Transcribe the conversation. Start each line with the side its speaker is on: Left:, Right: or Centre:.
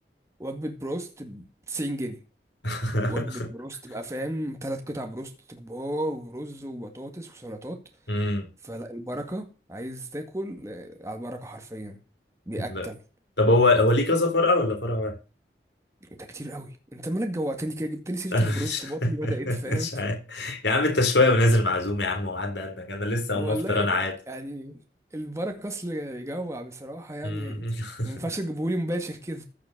Right: وجبه بروست ب 90 جنيه
Left: <laughs>
Right: وجبه بروست تبقى فاهم ثلاث قطع بروست كبار ورز وبطاطس وسلطات
Left: مم.
Right: فلا البركه عايز تاكل آه، على البركه حرفيا بيأكل
Left: لا. طب هو هو ليه كذا فرع ولا فرع واحد؟
Right: ده كتير قوي انت مالك جوعتني كده جبت
Left: <laughs>
Right: لي سيره
Left: انا
Right: البروست
Left: مش
Right: بطني بدات فاهم
Left: مش عارف يا عم انت شوية ونازل معزوم يا عم وعدى عندك انا لسه
Right: والله
Left: اقوم افطر
Right: لك
Left: انا عادي
Right: يعني البركه اصل يجوع بصراحه يعني
Left: مم. <laughs>
Right: ما ينفعش تجيبهولي مباشر كده